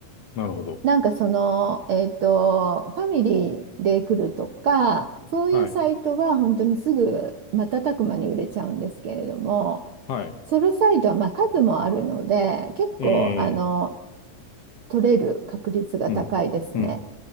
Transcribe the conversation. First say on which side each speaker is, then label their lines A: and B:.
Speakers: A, on the left; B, on the right.
A: なるほど。
B: なんかその、えっと、ファミリーで来るとか、そういうサイトは本当にすぐ瞬く間に売れちゃうんですけれども。
A: はい、はい。
B: ソルサイドはまあ数もあるので、結構あの
A: ええ
B: 取れる確率が高いですね。
A: うん、うん。